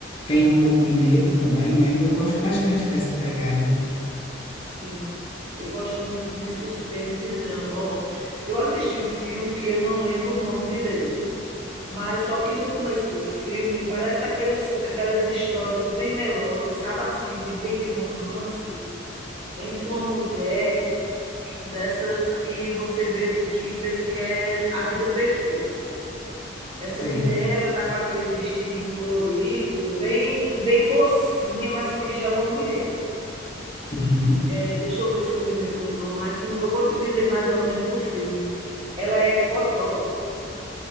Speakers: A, on the left; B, on the right.
A: tem um pouco de medo também, né, e eu gosto bastante dessa pegada.
B: Sim. Eu gosto muito de suspense, de drama, ó. Eu assisti um filme que eu não lembro o nome direito, mas só que no começo do filme parece aqueles, aquelas histórias bem melosas, sabe assim, de bem de romance, entre uma mulher dessas que você vê que pensa que é a vida perfeita. Essa
A: Sei,
B: mulher, ela tá com aqueles vestidinhos florido, bem, bem mocinha, mas só que já é uma mulher.
A: uhum,
B: É, deixa eu ver se eu me lembro o nome, mas se não, eu vou te dizer mais ou menos o filme. Ela é fotógrafa